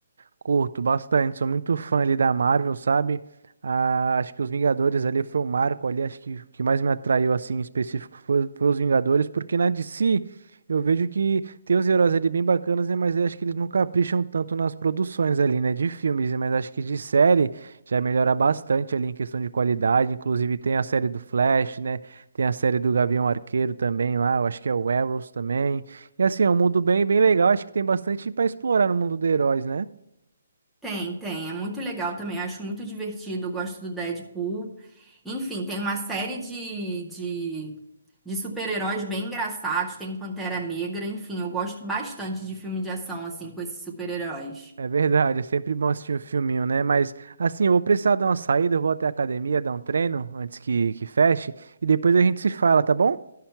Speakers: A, on the right; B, in the centre.
A: Curto bastante, sou muito fã ali da Marvel, sabe? Ah, acho que os Vingadores ali foi o marco ali, acho que o que mais me atraiu assim em específico foi, foi os Vingadores, porque na DC eu vejo que tem os heróis ali bem bacanas, né? Mas eu acho que eles não capricham tanto nas produções ali, né? De filmes, né, mas acho que de série já melhora bastante ali em questão de qualidade. Inclusive tem a série do Flash, né? Tem a série do Gavião Arqueiro também lá, eu acho que é o Arrows também. E assim, é um mundo bem, bem legal, acho que tem bastante para explorar no mundo dos heróis, né?
B: Tem, tem. É muito legal também. Acho muito divertido. Eu gosto do Deadpool. Enfim, tem uma série de, de, de super-heróis bem engraçados. Tem o Pantera Negra. Enfim, eu gosto bastante de filme de ação, assim, com esses super-heróis.
A: É verdade, é sempre bom assistir um filminho, né? Mas assim, eu vou precisar dar uma saída, eu vou até a academia dar um treino antes que, que feche e depois a gente se fala, tá bom?